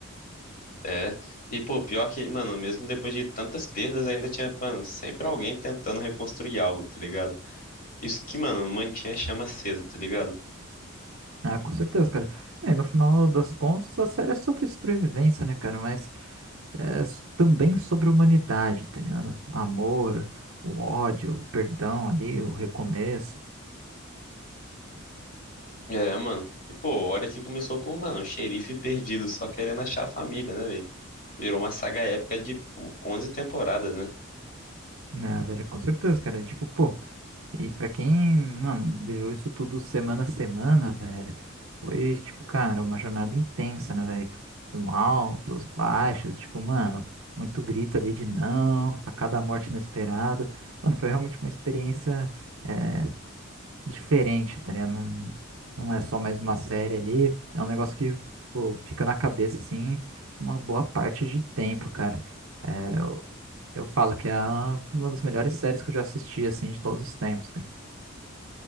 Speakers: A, on the left; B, on the right.
A: É. E, pô, pior que, mano, mesmo depois de tantas perdas, ainda tinha, mano, sempre alguém tentando reconstruir algo, tá ligado? Isso que, mano, mantinha a chama acesa, tá ligado?
B: Ah, com certeza, cara. É, no final das contas, a série é sobre sobrevivência, né, cara? Mas é s- também sobre humanidade, tá ligado? Amor, o ódio, o perdão ali, o recomeço.
A: É, mano. E, pô, olha que começou com, mano, um xerife perdido, só querendo achar a família, né, velho? Virou uma saga épica de, pô, 11 temporadas, né?
B: Né, velho, com certeza, cara. Tipo, pô. E pra quem, mano, viveu isso tudo semana a semana, velho, foi, tipo, cara, uma jornada intensa, né, velho? Com altos, baixos, tipo, mano, muito grito ali de não, a cada morte inesperada. Mano, foi realmente uma experiência é, diferente, tá ligado? Não, não é só mais uma série ali, é um negócio que, pô, fica na cabeça, assim, uma boa parte de tempo, cara. É, eu, eu falo que é a- uma das melhores séries que eu já assisti, assim, de todos os tempos, cara.